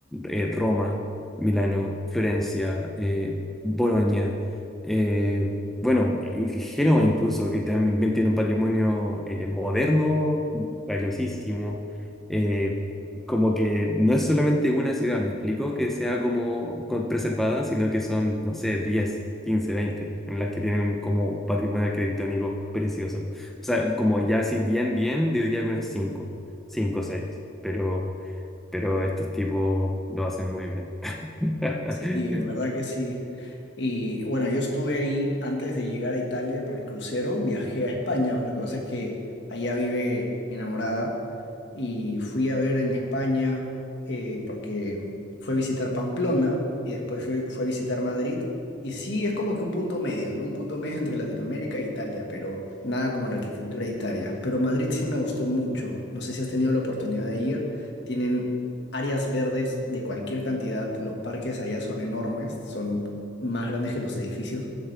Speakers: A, in the centre; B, on the left.
A: eh, Roma, Milano, Florencia, eh, Bolonia, eh, bueno, en Génova incluso, que también tiene un patrimonio eh, moderno valiosísimo, eh, como que no es solamente una ciudad, me explico, que sea como con- preservada, sino que son, no sé, 10, 15, 20 en las que tienen como patrimonio arquitectónico precioso. O sea, como ya así bien, bien, diría que unas cinco, cinco o seis, pero, pero estos tipos lo hacen muy bien. <laughs>
B: Sí, en verdad que sí. Y bueno, yo estuve ahí antes de llegar a Italia para el crucero, viajé a España, lo que pasa es que allá vive mi enamorada y fui a ver en España eh, porque fue a visitar Pamplona y después fue, fue a visitar Madrid. Y sí, es como que un punto medio, ¿no? Un punto medio entre Latinoamérica e Italia, pero nada como la arquitectura de Italia. Pero Madrid sí me gustó mucho. No sé si has tenido la oportunidad de ir. Tienen áreas verdes de cualquier cantidad. Los parques allá son enormes, son más grandes que los edificios.